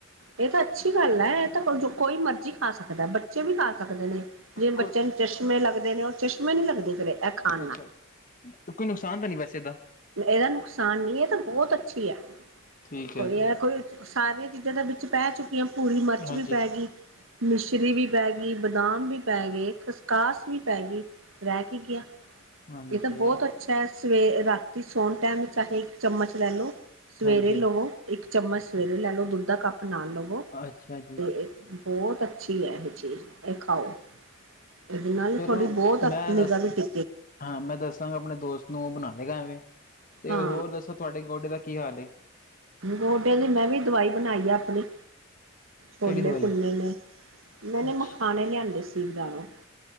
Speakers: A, on the right; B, on the left.
A: ਏ ਤਾਂ ਅੱਛੀ ਗੱਲ ਐ ਏ ਤਾਂ ਕੋਈ ਕੋਈ ਮਰਜੀ ਖਾ ਸਕਦਾ। ਬੱਚੇ ਵੀ ਖਾ ਸਕਦੇ ਨੇ। ਜਿਵੇਂ
B: ਕੋਈ
A: ਬੱਚਿਆਂ ਨੂੰ ਚਸ਼ਮੇ ਲੱਗਦੇ ਨੇ ਓ ਚਸ਼ਮੇ ਨੀ ਲੱਗਦੇ ਫਿਰ ਏ ਖਾਣ
B: ਅੱਛਾ
A: ਨਾਲ।
B: ਕੋਈ ਨੁਕਸਾਨ ਤਾਂ ਨਹੀਂ ਵੈਸੇ ਇਹਦਾ?
A: ਏਦਾ ਨੁਕਸਾਨ ਨੀ ਏ ਤਾਂ ਬਹੁਤ ਅੱਛੀ ਐ
B: ਠੀਕ
A: ਕੋਈ
B: ਹੈ ਜੀ।
A: ਏ ਸਾਰੀਆਂ ਚੀਜ਼ਾਂ ਦੇ ਵਿੱਚ ਪੈ ਚੁੱਕੀਆਂ। ਭੂਰੀ ਮਿਰਚ
B: ਹਾਂਜੀ।
A: ਵੀ ਪੈ ਗੀ। ਮਿਸ਼ਰੀ ਵੀ ਪੈ ਗੀ। ਬਦਾਮ ਵੀ ਪੈ ਗੇ ਖਸ ਕਾਸ ਵੀ ਪੈ ਗੀ ਰਹਿ ਕੀ ਗਿਆ?
B: ਹਾਂਜੀ,
A: ਇਹ ਤਾਂ ਬੋਤ ਅੱਛਾ, ਸਵੇ ਰਾਤੀ ਸੌਣ ਟਾਈਮ ਚਾਹੇ ਇੱਕ ਚਮਚ ਲੈ ਲੋ ਸਵੇਰੇ
B: ਹਾਂਜੀ,
A: ਲਵੋ ਇੱਕ ਚਮਚ ਸਵੇਰੇ ਲੈ ਲੋ ਦੁੱਧਾ ਕੱਪ ਨਾਲ ਲਵੋ
B: ਅੱਛਾ ਜੀ।
A: ਤੇ ਬੋਤ ਅੱਛੀ ਐ ਇਹ ਚੀਜ਼ ਏ ਖਾਓ। ਏਦੇ ਨਾਲ
B: ਚਲੋ
A: ਥੋਡੀ ਬੋਤ ਅ
B: ਮੈਂ
A: ਨਿਗਾਹ
B: ਦੱਸ
A: ਵੀ ਟਿੱ
B: ਹਾਂ, ਮੈਂ ਦੱਸਾਂਗਾ ਆਪਣੇ ਦੋਸਤ ਨੂੰ ਓ ਬਣਾ ਲੇਗਾ ਐਵੇਂ। ਤੇ
A: ਹਾਂ
B: ਹੋਰ ਦੱਸੋ ਤੁਹਾਡੇ ਗੋਡੇ ਦਾ ਕੀ ਹਾਲ ਏ?
A: ਗੋਡੇ ਦੀ ਮੈਂ ਵੀ ਦਵਾਈ ਬਣਾਈ ਆ ਆਪਣੀ। ਛੋਲੇ
B: ਕਿਹੜੀ ਦਵਾਈ?
A: ਭੁੰਨੇ ਨੇ। ਮੈਨੇ
B: ਅੱਛਾ,
A: ਮਖਾਣੇ ਲਿਆਂਦੇ ਸੀ ਬਜਾਰੋ।